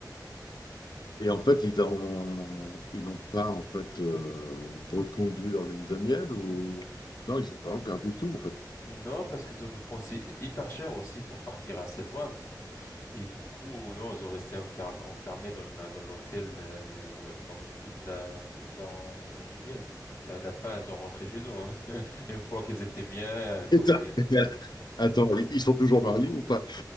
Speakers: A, on the left; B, on the left.
A: Et en fait, ils n'ont ils n'ont pas en fait euh, reconduit leur lune de miel ou non, ils ont vraiment perdu tout en fait.
B: Non, parce qu'ils ont dépensé hyper cher aussi pour partir assez loin. Et du coup, non, ils ont resté enferm- enfermés dans le- dans l'hôtel euh, pendant toute la toute leur euh, lune du miel. Donc, à la fin, ils ont rentré chez eux. hein. <laughs> Une fois qu'ils étaient bien, euh, le Covid,
A: Et ça-
B: est-
A: <laughs> Attends, ils ils sont toujours mariés ou pas?